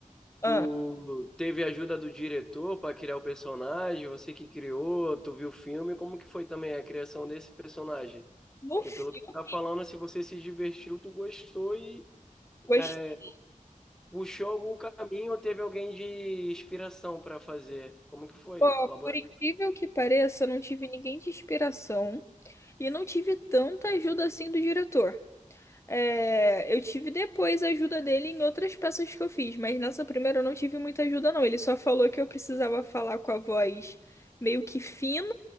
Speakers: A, on the left; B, in the centre.
A: Ah,
B: tu teve a ajuda do diretor para criar o personagem? Você que criou, tu viu o filme? Como que foi também a criação desse personagem?
A: no
B: Porque
A: filme,
B: pelo que tu tá falando, se você se divertiu, tu gostou e
A: gostei.
B: é, Puxou algum caminho ou teve alguém de inspiração para fazer? Como que foi
A: Ó,
B: a laboratório?
A: por incrível que pareça, eu não tive ninguém de inspiração e não tive tanta ajuda assim do diretor. É, eu tive depois a ajuda dele em outras peças que eu fiz, mas nessa primeira eu não tive muita ajuda, não. Ele só falou que eu precisava falar com a voz meio que fina